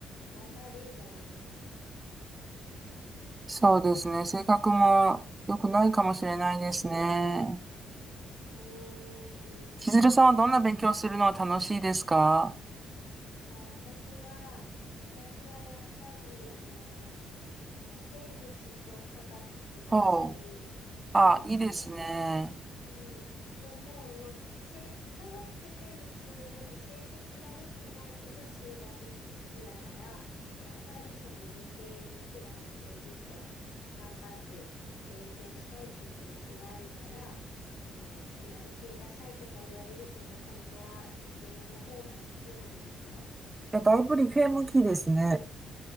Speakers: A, on the left; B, on the right.
A: 頑張れじゃなくて。
B: そうですね。
A: そうかも。
B: 性格も良くないかもしれないですね。
A: うん、うーん、
B: 千鶴さんはどんな勉強するのが楽しいですか
A: そう。あ、私は、私はやっぱり、あの、その生物と科学が好きなんですよ。
B: ほう。あ、いいですね。
A: うん。でも、あの、せ、科学と生物より成績は良くないけど、数学も好きだから、やっぱりその理系クラスでずっと頑張って勉強したいって気持ちがあるから、あの、そんな理系ダサいとか言われるけど、本当は理系の方が好きなんですよ。
B: いや、だいぶ理系向きですね。